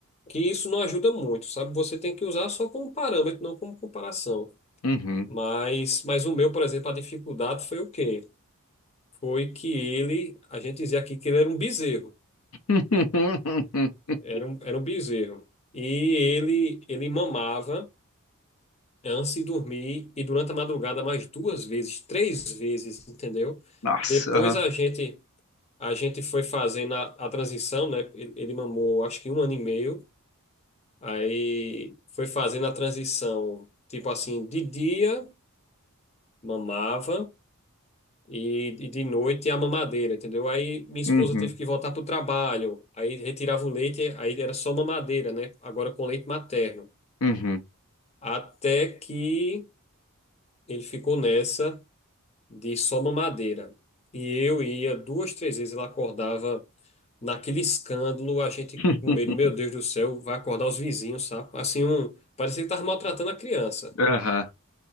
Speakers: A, on the left (about 30°); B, on the left (about 65°).
A: Que isso não ajuda muito, sabe? Você tem que usar só como parâmetro, não como comparação.
B: Uhum.
A: Mas, mas o meu, por exemplo, a dificuldade foi o quê? foi que ele, a gente dizia aqui que ele era um bezerro,
B: <laughs>
A: era um, era um bezerro. E ele, ele mamava antes de dormir e durante a madrugada mais duas vezes, três vezes, entendeu?
B: Nossa.
A: Depois
B: Aham.
A: a gente, a gente foi fazendo a, a transição, né? Ele, ele mamou acho que um ano e meio, aí foi fazendo a transição, tipo assim, de dia mamava. E, e de noite é a mamadeira, entendeu? Aí minha esposa
B: Uhum.
A: teve que voltar pro trabalho, aí retirava o leite, aí era só mamadeira, né? Agora com leite materno.
B: Uhum.
A: Até que ele ficou nessa de só mamadeira. E eu ia duas, três vezes, ela acordava naquele escândalo, a gente
B: <laughs>
A: com medo, meu Deus do céu, vai acordar os vizinhos, sabe? Assim, um, parecia que estava maltratando a criança.
B: Aham.